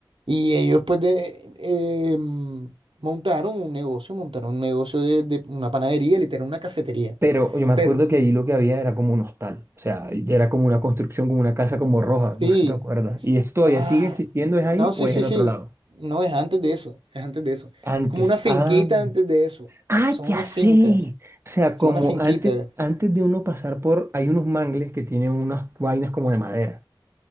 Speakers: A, on the right; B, on the right.
A: Y ellos pues de, eh, mm, montaron un negocio, montaron un negocio de, de una panadería, literal, una cafetería.
B: Pero yo me acuerdo
A: Pero
B: que ahí lo que había era como un hostal. O sea, era como una construcción, como una casa como roja, no
A: sí,
B: sé si te acuerdas.
A: sí,
B: ¿Y eso todavía
A: ah,
B: sigue existiendo? ¿Es ahí
A: no, sí,
B: o es
A: sí,
B: en otro
A: sí,
B: lado?
A: no, es antes de eso, es antes de eso.
B: Antes.
A: Es como una finquita
B: Ah.
A: antes de eso.
B: Ah,
A: Son
B: ya
A: unas
B: sé.
A: fincas,
B: O sea,
A: son
B: como
A: unas finquitas.
B: antes, antes de uno pasar por, hay unos mangles que tienen unas vainas como de madera.